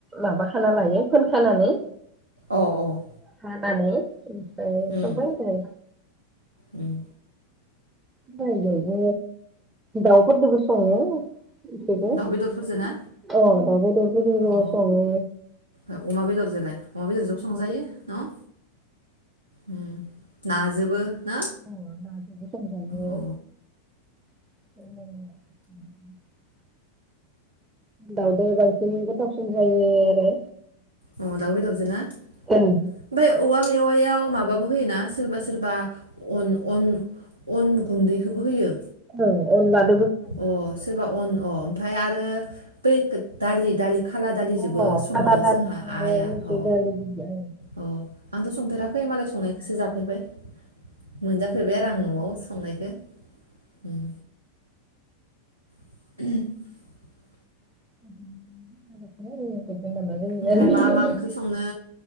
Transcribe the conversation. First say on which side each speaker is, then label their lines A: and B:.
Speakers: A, on the right (about 20°); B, on the right (about 80°).
A: माबाखाना लायो फोनखानानै
B: अ अ
A: हान मानि ओ
B: उम
A: संबाय आरो
B: उम
A: सबायजोंबो दाउफोरदोबो स'ङो। अ,
B: दाउ बेदरफोरजों ना
A: दाव बेदर फोरजों बो
B: अ
A: सङो।
B: ओमफ्राय अमा बेदरजोंलाय
A: <unintelligible>
B: अमा बेदरजोंबो
A: अ,
B: संजायो न' उम नाजोबो ना
A: नाजोबो संजायो।
B: औ
A: <inaudible> दावदो बांसिन गोथावसिन जायो आरो।
B: अ, दाउ बेदरजो ना ओमफाय
A: ओं
B: औवा मेवायाव माबाबो होयोना सोरबा सोरबा अन अन अन गुन्दैखोबो होयो।
A: औ अन बान
B: अ सोरबा, अन अ ओमफाय आरो बै दालि दालि खाला दालिजोबो
A: अ
B: सङो
A: खाला दालिजों
B: जोंहा आइआ।
A: मुसुर
B: अ
A: दालिजों
B: अ आंथ' संफेराखै मालाय संनायखोसो जाफेरबाय मोनजा फेरबाय आरो आं। न'आव संनायखो उम। <inaudible>
A: <unintelligible> जोंनिया
B: ओमफाय मा मा ओंख्रि सङो